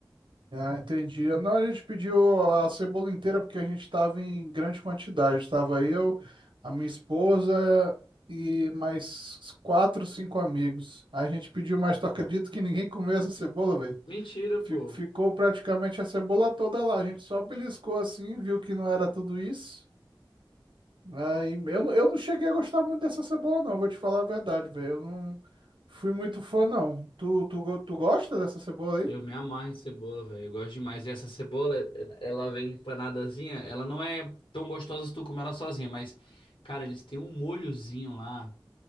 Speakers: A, on the right (about 75°); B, on the left (about 80°).
A: Ah, entendi. Não, a gente pediu a cebola inteira porque a gente estava em grande quantidade. Estava eu, a minha esposa e mais quatro, cinco amigos. Aí A gente pediu, mas tu acredita que ninguém comeu essa cebola, velho?
B: Mentira,
A: Fi-
B: pô.
A: Ficou praticamente a cebola toda lá. A gente só beliscou assim, viu que não era tudo isso. Aí eu, não- eu não cheguei a gostar muito dessa cebola, não. Vou te falar a verdade, velho. Eu não fui muito fã, não. Tu, tu, go- tu gosta dessa cebola aí?
B: Eu me amarro em cebola, velho. Eu gosto demais. E essa cebola, ela ela vem empanadazinha. Ela não é tão gostosa se tu comer ela sozinha, mas, cara, eles têm um molhozinho lá,